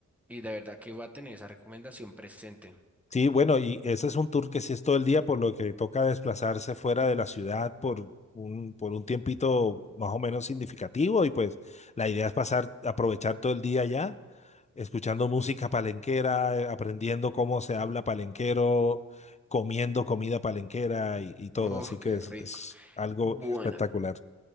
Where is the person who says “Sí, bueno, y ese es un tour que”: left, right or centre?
Left